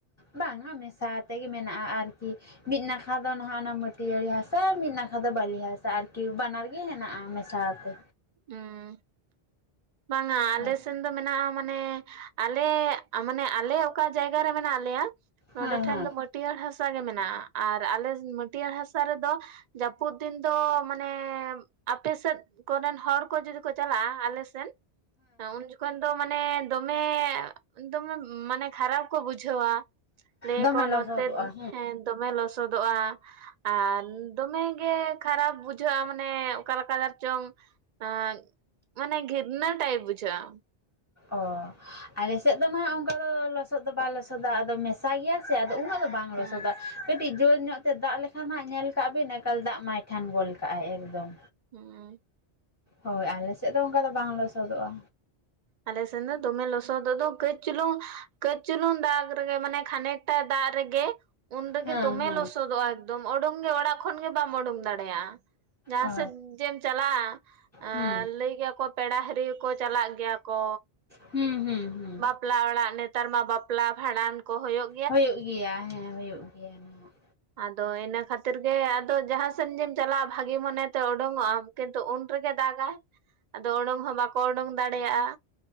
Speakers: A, on the left; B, on the right.
A: ᱵᱟᱝᱟ ᱢᱮᱥᱟ ᱟᱛᱮᱜᱮ ᱢᱮᱱᱟᱜᱼᱟ ᱟᱨᱠᱤ ᱢᱤᱫ ᱱᱟᱠᱷᱟ ᱫᱚ ᱱᱟᱦᱟᱸᱜ ᱚᱱᱟ ᱢᱟᱹᱴᱤᱭᱟᱹᱲᱤ ᱦᱟᱥᱟ ᱢᱤᱫ ᱱᱟᱠᱷᱟ ᱫᱚ ᱵᱟᱹᱞᱤ ᱦᱟᱥᱟ ᱟᱨᱠᱤ ᱵᱟᱱᱟᱨ ᱜᱮ ᱦᱮᱱᱟᱜᱼᱟ, ᱢᱮ ᱥᱟᱣᱛᱮ
B: ᱦᱩᱸ, ᱵᱟᱝᱟ ᱟᱞᱮ
A: ᱦᱳᱭ
B: ᱥᱮᱱ ᱫᱚ ᱢᱮᱱᱟᱜᱼᱟ ᱢᱟᱱᱮ ᱟᱞᱮ ᱢᱟᱱᱮ ᱟᱞᱮ ᱚᱠᱟ ᱡᱟᱭᱜᱟ ᱨᱮ ᱢᱮᱱᱟᱜ ᱞᱮᱭᱟ ᱱᱚᱰᱮ
A: ᱦᱮᱸ ᱦᱮᱸ
B: ᱴᱷᱮᱱ ᱫᱚ ᱢᱟᱹᱴᱭᱟᱹᱲ ᱦᱟᱥᱟ ᱜᱮ ᱢᱮᱱᱟᱜᱼᱟ, ᱟᱨ ᱟᱞᱮ ᱢᱟᱹᱴᱭᱟᱹᱲ ᱦᱟᱥᱟ ᱨᱮᱫᱚ ᱡᱟᱹᱯᱩᱫ ᱫᱤᱱ ᱫᱚ ᱢᱟᱱᱮ ᱮᱸ ᱟᱯᱮ ᱥᱮᱫ ᱠᱚᱨᱮᱱ ᱦᱚᱲ ᱠᱚ ᱡᱩᱫᱤ ᱠᱚ ᱪᱟᱞᱟᱜᱼᱟ ᱟᱞᱮᱥᱮᱫ, ᱦᱮᱸ ᱩᱱ ᱡᱚᱠᱷᱚᱱ ᱢᱟᱱᱮ ᱫᱚᱢᱮ ᱫᱚᱢᱮ ᱢᱟᱱᱮ ᱠᱷᱟᱨᱟᱯ ᱠᱚ ᱵᱩ ᱡᱷᱟᱹᱣᱟ ᱞᱮᱭᱟ
A: ᱫᱚᱢᱮ
B: ᱠᱚ ᱱᱚᱛᱮ
A: ᱞᱚᱥᱚᱫᱚᱜᱼᱟ
B: ᱦᱮᱸ ᱫᱚᱢᱮ ᱞᱚᱥᱚᱫᱚᱜᱼᱟ᱾ ᱟᱨ ᱫᱚᱢᱮᱜᱮ ᱠᱷᱟᱨᱟᱯ ᱵᱩᱡᱷᱟᱹᱜᱼᱟ ᱢᱟᱱᱮ ᱚᱠᱟᱞᱮᱠᱟ ᱠᱟᱨ ᱪᱚᱝ ᱟᱸ ᱢᱟᱱᱮ ᱜᱤᱨᱱᱟ ᱴᱟᱭᱯ ᱵᱩᱡᱷᱟᱹᱜᱼᱟ᱾
A: ᱚ᱾ ᱟᱞᱮ ᱥᱮᱫ ᱫᱚ ᱱᱟᱦᱟᱸᱜ ᱚᱱᱠᱟ ᱫᱚ ᱞᱚᱥᱚᱫ ᱫᱚ ᱵᱟᱭ ᱞᱚᱥᱚᱫᱟ ᱟᱫᱚ ᱢᱮᱥᱟ ᱜᱮᱭᱟ ᱥᱮ ᱟᱫᱚ ᱩᱱᱟᱹᱜ ᱫᱚ ᱵᱟᱝ
B: ᱦᱩᱸ
A: ᱞᱚᱥᱚᱫᱟᱜᱼᱟ᱾ ᱠᱟᱹᱴᱤᱡ ᱡᱳᱨ ᱧᱚᱜ ᱛᱮ ᱫᱟᱜ ᱞᱮᱠᱷᱟᱱ ᱦᱟᱸᱜ ᱧᱮᱞ ᱠᱟᱜ ᱵᱤᱱ ᱮᱠᱟᱞ ᱫᱟᱜ ᱢᱟᱭ ᱴᱷᱟᱱ ᱜᱚᱫ ᱠᱟᱜᱼᱟᱭ ᱮᱠᱫᱚᱢ᱾
B: ᱦᱩᱸ᱾
A: ᱦᱳᱭ ᱟᱞᱮᱥᱮᱫ ᱫᱚ ᱚᱱᱠᱟ ᱫᱚ ᱵᱟᱝ ᱞᱚᱥᱚᱫᱚᱜᱼᱟ᱾
B: ᱟᱞᱮ ᱥᱮᱱ ᱫᱚ ᱫᱚᱢᱮ ᱞᱚᱥᱚᱫᱚᱜ ᱫᱚ ᱠᱟᱹᱪᱩᱞᱩᱝ ᱠᱟᱹᱪᱩᱞᱩᱝ ᱫᱟᱜᱽ ᱨᱮᱜᱮ ᱢᱟᱱᱮ ᱜᱷᱟᱱᱮᱜ ᱴᱟᱭ ᱫᱟᱜ ᱨᱮᱜᱮ ᱩᱱ ᱨᱮᱜᱮ
A: ᱦᱮᱸ
B: ᱫᱚᱢᱮ
A: ᱦᱮᱸ
B: ᱞᱚᱥᱚᱫᱚᱜᱼᱟ, ᱮᱠᱫᱚᱢ ᱩᱰᱩᱝ ᱜᱮ ᱚᱲᱟᱜ ᱠᱷᱚᱱᱜ ᱵᱟᱢ ᱩᱰᱩᱝ ᱫᱟᱲᱮᱭᱟᱜᱼᱟ᱾ ᱡᱟᱦᱟᱸ
A: ᱚ
B: ᱥᱮᱫ ᱡᱮᱢ ᱪᱟᱞᱟᱜᱼᱟ ᱟᱸ
A: ᱦᱩᱸ
B: ᱞᱟᱹᱭ ᱜᱮᱭᱟ ᱠᱚ ᱯᱮᱲᱟ ᱦᱤᱨᱤ ᱠᱚ ᱪᱟᱞᱟᱜ ᱜᱮᱭᱟ᱾ ᱠᱚ
A: ᱦᱩᱸ ᱦᱩᱸ᱾ ᱦᱩᱸ
B: ᱵᱟᱯᱞᱟ ᱚᱲᱟᱜ ᱱᱮᱛᱟᱨ ᱢᱟ ᱵᱟᱯᱞᱟ, ᱵᱷᱟᱸᱰᱟᱱ ᱠᱚ ᱦᱩᱭᱩᱜ
A: ᱦᱩᱭᱩᱜ ᱜᱮᱭᱟ ᱦᱮᱸ ᱦᱩᱭᱩᱜ ᱜᱮᱭᱟ ᱱᱟᱦᱟᱸᱜ᱾
B: ᱟᱫᱚ ᱤᱱᱟᱹ ᱠᱷᱟᱛᱤᱨ ᱜᱮ ᱟᱫᱚ ᱡᱟᱦᱟᱸᱥᱮᱱ ᱜᱮᱢ ᱪᱟᱞᱟᱜᱼᱟ, ᱵᱷᱟᱜᱤ ᱢᱚᱱᱮᱛᱮ ᱚᱰᱳᱝᱚᱜ ᱟᱢ ᱠᱤᱱᱛᱩ ᱩᱱ ᱨᱮᱜᱮ ᱫᱟᱜᱟᱭ, ᱟᱫᱚ ᱩᱰᱩᱝ ᱦᱚᱸ ᱵᱟᱠᱚ ᱩᱰᱩᱝ ᱫᱟᱲᱮᱭᱟᱜᱼᱟ᱾